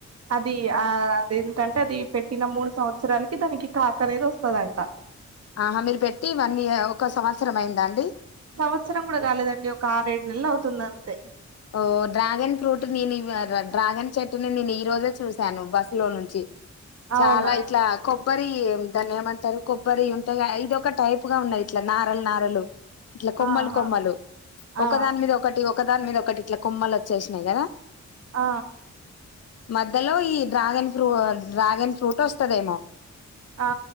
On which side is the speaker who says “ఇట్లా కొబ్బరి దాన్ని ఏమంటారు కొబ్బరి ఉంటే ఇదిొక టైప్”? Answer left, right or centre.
Left